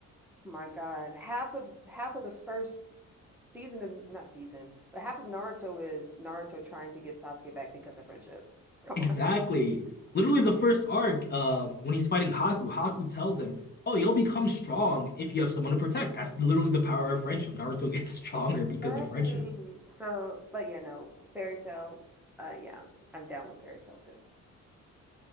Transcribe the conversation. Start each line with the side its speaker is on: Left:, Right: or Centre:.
Centre: My God, half of half of the first season of not season, but half of Naruto is Naruto trying to get Sasuke back because of friendship. Come
Left: Exactly.
Centre: on.
Left: Literally the first arc, um, when he's fighting Haku, Haku tells him, "Oh, you'll become strong if you have someone to protect." That's literally the power of friendship. Naruto <laughs> gets stronger because
Centre: Exactly.
Left: of friendship.
Centre: So, but yeah, no, fairy tale. Uh, yeah, I'm down with fairy tale too.